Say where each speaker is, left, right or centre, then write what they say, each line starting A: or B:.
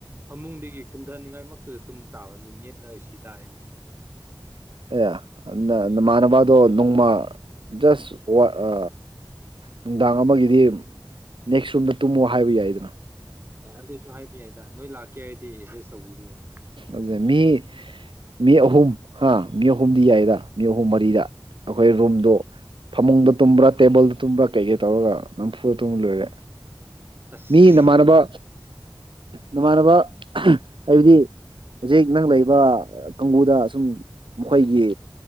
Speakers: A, on the right (about 25°); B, on the right (about 80°).
A: ꯐꯃꯨꯡꯗꯒꯤ ꯀꯨꯝꯗ꯭ꯔꯅꯤꯉꯥꯏꯃꯛꯇꯨꯗ ꯇꯨꯝꯕ ꯇꯥꯕ ꯑꯗꯨ ꯅꯦꯠꯂ ꯁꯤ ꯇꯥꯔꯦꯅꯦ ꯅꯪꯗꯤ
B: ꯑꯦ ꯑ ꯅ ꯅꯃꯥꯟꯅꯕꯗꯣ ꯅꯣꯡꯃ ꯖꯁ ꯋꯥ ꯑ ꯅꯨꯡꯗꯥꯡ ꯑꯃꯒꯤꯗꯤ ꯅꯦꯛꯁ ꯔꯣꯝꯗ ꯇꯨꯝꯃꯣ ꯍꯥꯏꯕ ꯌꯥꯏꯗꯅ
A: ꯑꯦ ꯑꯗꯨꯁꯨ ꯍꯥꯏꯕ ꯌꯥꯏꯗ ꯅꯣꯏ ꯂꯥꯛꯀꯦ ꯍꯥꯏꯗꯤ ꯑꯦꯖꯁ ꯇꯧꯕꯤꯕ ꯌꯥꯏꯗ
B: ꯑꯗꯨꯅꯦ ꯃꯤ ꯃꯤ ꯑꯍꯨꯝ ꯍꯥ ꯃꯤ ꯑꯍꯨꯝꯗꯤ ꯌꯥꯏꯔ ꯃꯤ ꯑꯍꯨꯝ ꯃꯔꯤꯗ ꯑꯈꯣꯏ ꯔꯨꯝꯗꯣ ꯐꯃꯨꯡꯗ ꯇꯨꯝꯕ꯭ꯔꯥ ꯇꯦꯕꯜꯗ ꯇꯨꯝꯕ꯭ꯔꯥ ꯀꯩꯀꯩ ꯇꯧꯔꯒ ꯅꯝꯐꯨꯗ ꯇꯨꯝꯃ ꯂꯣꯏꯔꯦ
A: ꯑꯁ
B: ꯃꯤ ꯅꯃꯥꯟꯅꯕ
A: ꯂꯣꯏꯔꯦ
B: ꯅꯃꯥꯟꯅꯕ ꯍꯥꯏꯕꯗꯤ ꯍꯧꯖꯤꯛ ꯅꯪ ꯂꯩꯕ ꯑ ꯀꯥꯡꯕꯨꯗ ꯑꯁꯨꯝ ꯃꯈꯣꯏꯒꯤ